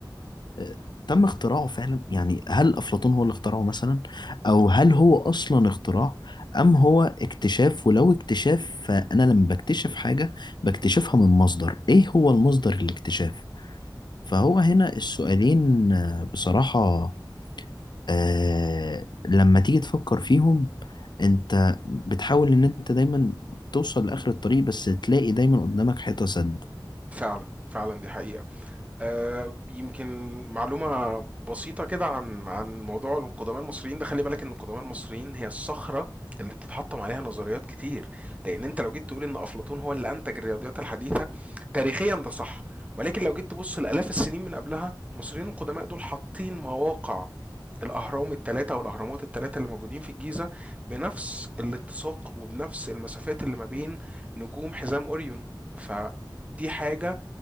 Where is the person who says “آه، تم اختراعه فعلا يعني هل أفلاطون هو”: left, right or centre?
Left